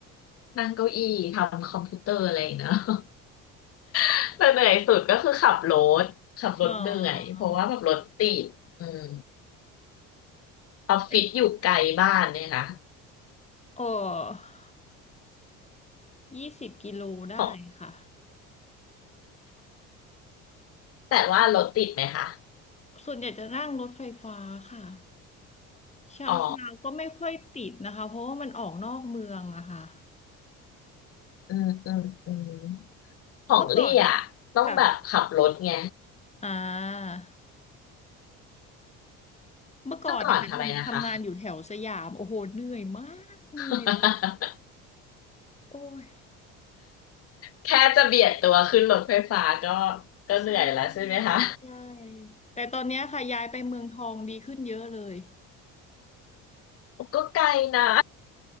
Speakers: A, on the left; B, on the left.
A: นั่งเก้าอี้ทำคอมพิวเตอร์อะไรอย่างเงี้ย <laughs> เนอะ <laughs> แต่เหนื่อยสุดก็คือขับรถขับรถเหนื่อยเพราะว่าแบบรถติดอืม
B: อ๋อ
A: ออฟฟิศอยู่ไกลบ้านเนี่ยนะ
B: ไอโอ้ยี่สิบกิโลได้ค่ะ
A: ของแต่ว่ารถติดไหมคะ
B: ส่วนใหญ่จะนั่งรถไฟฟ้าค่ะ เช้าเช้าก็ไม่ค่อยติดนะคะเพราะว่ามันออกนอกเมืองอะค่ะ
A: อ๋ออืมอืมอืมของลี่อ่ะต้องแบบขับรถไง
B: เมื่อก่อนค่ะอ่าเมื่อก่อนนะคะทำทำงานอยู่แถวสยามโอ้โหเหนื่อยมากเหนื่อยแบบ
A: เมื่อก่อนทำไมนะคะ <laughs>
B: โอ้ย
A: แค่จะเบียดตัวขึ้นรถไฟฟ้าก็
B: <laughs>
A: ก็เหนื่อยแล้วใช่ไหมคะ
B: ใช่ใช่แต่ตอนเนี้ยค่ะย้ายไปเมืองทองดีขึ้นเยอะเลย
A: <laughs> ก็ไกลนะ